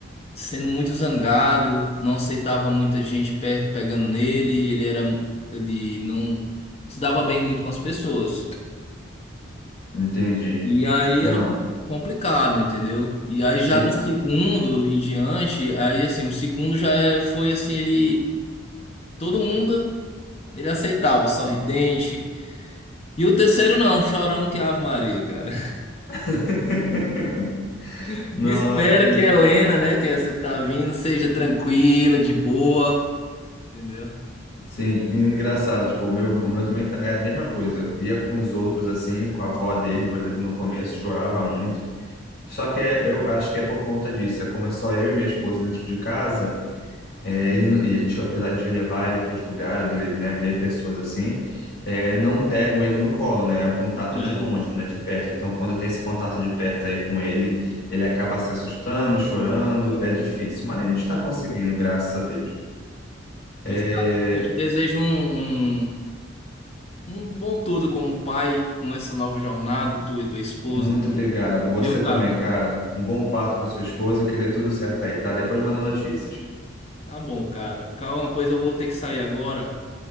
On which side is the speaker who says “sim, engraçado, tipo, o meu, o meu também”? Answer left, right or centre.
Left